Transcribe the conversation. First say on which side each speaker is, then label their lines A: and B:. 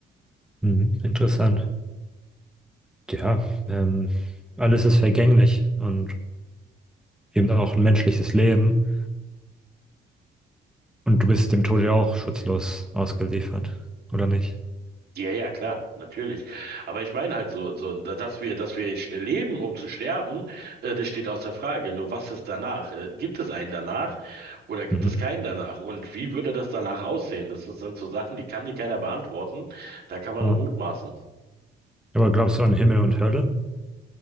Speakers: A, in the centre; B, on the right.
A: Mhm, interessant. Ja, ähm, alles ist vergänglich und eben auch ein menschliches Leben. Und du bist dem Tode ja auch schutzlos ausgeliefert, oder nicht?
B: Ja, ja, klar, natürlich. Aber ich meine halt so, so, dass wir, dass wir sch- leben, um zu sterben, äh, das steht außer Frage. Nur was ist danach? Äh, gibt es einen danach oder gibt
A: Mhm.
B: es keinen danach? Und wie würde das danach aussehen? Das ist- sind so Sachen, die kann dir keiner beantworten. Da kann man
A: Ja.
B: nur mutmaßen.
A: Aber glaubst du an Himmel und Hölle?